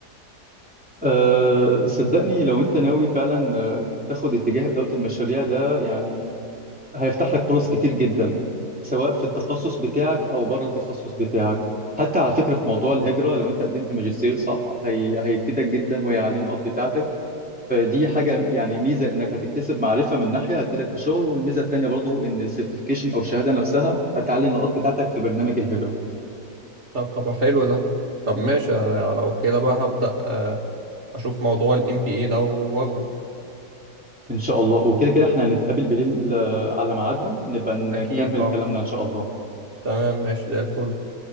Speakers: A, in the centre; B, on the right.
A: أه صدقني لو انت ناوي فعلا آه، تاخد اتجاه اداره المشاريع ده يعني هيفتح لك فرص كتير جدا سواء في التخصص بتاعك او بره التخصص بتاعك حتى على فكره في موضوع الهجره لو انت قدمت ماجستير صح هي... هيفيدك جدا وهيعلي النقاط بتاعتك فدي حاجه يعني ميزه انك هتكتسب معرفه من ناحيه هتفيدك في شغل والميزه التانيه برضو ان السيرتيفيكيشن او الشهاده نفسها هتعلي النقاط بتاعتك في برنامج الهجره
B: طب طب حلو ده طب ماشي أنا لو كده بقى هبدأ آه، اشوف موضوع ال NBA ده واخده
A: ان شاء الله وكده كده احنا هنتقابل بالليل آه، على ميعادنا نبقى نكمل
B: اكيد اه
A: كلامنا ان شاء الله
B: تمام ماشي زي الفل